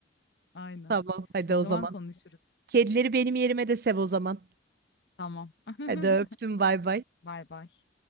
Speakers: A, on the left (about 65°); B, on the right (about 50°).
A: aynen.
B: Tamam hadi
A: O
B: o
A: zaman
B: zaman.
A: konuşuruz.
B: Kedileri benim yerime de sev o zaman.
A: Tamam. <laughs>
B: Hadi öptüm bay bay.
A: Bay bay.